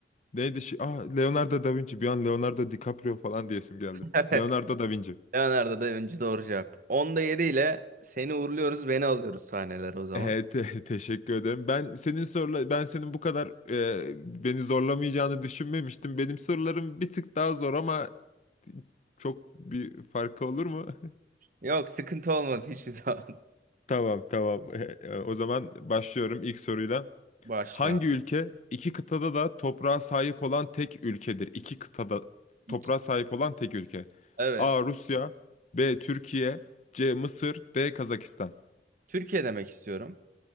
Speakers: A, on the left; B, on the right.
A: neydi? Şi... Ah, Leonardo da Vinci. Bir an Leonardo DiCaprio falan diyesim geldi.
B: <laughs>
A: Leonardo da Vinci.
B: Leonardo da Vinci doğru cevap. 10'da 7 ile seni uğurluyoruz beni alıyoruz sahneler o zaman.
A: Ee, te- <laughs> teşekkür ederim. Ben senin sorular ben senin bu kadar ee, beni zorlamayacağını düşünmemiştim. Benim sorularım bir tık daha zor ama çok bir farkı olur mu? <laughs>
B: Yok sıkıntı olmaz hiçbir zaman.
A: Tamam tamam. <laughs> O zaman başlıyorum ilk soruyla.
B: <laughs> Başla.
A: Hangi ülke iki kıtada da toprağa sahip olan tek ülkedir? İki kıtada
B: İki.
A: toprağa sahip olan tek ülke.
B: Evet.
A: A. Rusya B. Türkiye C. Mısır D. Kazakistan
B: Türkiye demek istiyorum.